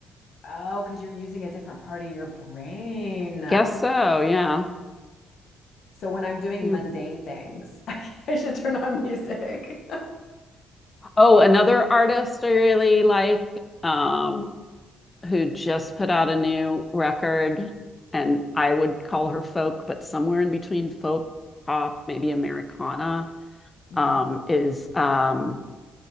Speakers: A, on the left (about 65°); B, on the left (about 25°).
A: Oh, because you're using a different part of your brain.
B: Guess so, yeah.
A: So when I'm doing
B: Yeah.
A: mundane things, <laughs> I should turn on music.
B: Oh, another artist I really like um who just put out a new record and I would call her folk, but somewhere in between folk, pop, maybe Americana,
A: <laughs>
B: um
A: hmm
B: is um